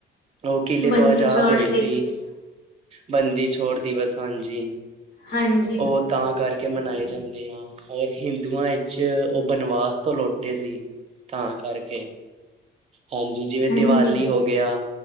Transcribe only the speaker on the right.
ਉਹ ਕਿਲੇ
ਤੋਂ ਆਜ਼ਾਦ
ਹੋਈ
ਸੀ ਬੰਦੀ ਛੋੜ ਦਿਵਸ। ਹਾਂਜੀ।
ਉਹ ਤਾਂ ਕਰਕੇ ਮਨਾਏ ਜਾਂਦੇ ਆ। ਹੋਰ ਹਿੰਦੂਆਂ ਵਿੱਚ ਉਹ ਬਨਵਾਸ ਤੋਂ ਲ ਲੋਟੇ ਸੀ। ਤਾਂ ਕਰਕੇ ਹਾਂਜੀ, ਜਿਵੇਂ
ਦੀਵਾਲੀ
ਹੋ ਗਿਆ।